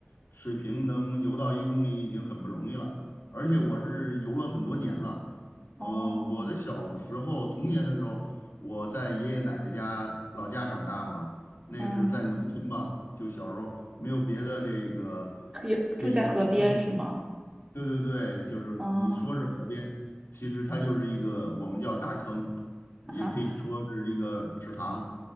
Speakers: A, on the left (about 80°); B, on the right (about 20°).
A: 水平能游到一公里已经很不容易了，而且我是游了很多年了。
B: 嗯
A: 呃，
B: 哦
A: 我的小时候童年的时候，我在爷爷奶奶家老家长大嘛，那个是在农村嘛，
B: 嗯，
A: 就小时候没有别的这个
B: 有住在河边是吗？
A: 可以供对对对，就是你说是河边，
B: 哦
A: 其实它就是一个我们叫大坑，也可以说是一个池塘。
B: 啊